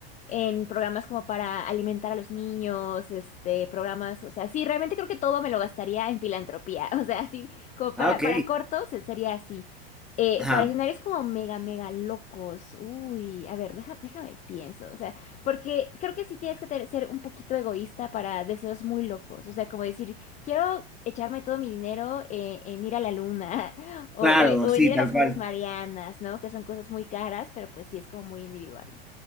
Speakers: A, on the left; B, in the centre.
A: en programas como para alimentar a los niños, este, programas, o sea, sí, realmente creo que todo me lo gastaría en filantropía. <laughs> O sea, así, como para,
B: Ah, ok.
A: para cortos se- sería así. Eh,
B: Ajá,
A: para escenarios como mega, mega locos. Uy, a ver, deja- déjame pienso. O sea, porque creo que sí tienes que ter- ser un poquito egoísta para deseos muy locos. O sea, como decir, quiero echarme todo mi dinero eh, en ir a la luna. <laughs> O,
B: claro,
A: o- o
B: sí,
A: venir a
B: tal
A: las fosas
B: cual.
A: marianas, ¿no? Que son cosas muy caras, pero pues sí es como muy individual.